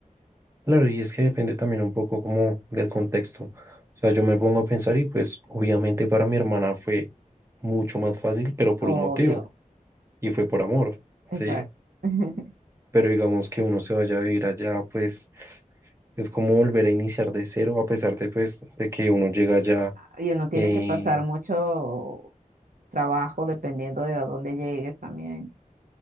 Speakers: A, on the right (about 20°); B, on the right (about 75°).
A: Claro, y es que depende también un poco como del contexto. O sea, yo me pongo a pensar y pues obviamente para mi hermana fue mucho más fácil, pero por
B: obvio,
A: un motivo, y fue por amor,
B: exacto.
A: ¿sí?
B: <laughs>
A: Pero digamos que uno se vaya a vivir allá, pues es como volver a iniciar de cero, a pesar de pues de que uno llega allá
B: Y uno tiene
A: eh,
B: que pasar mucho trabajo dependiendo de a dónde llegues también.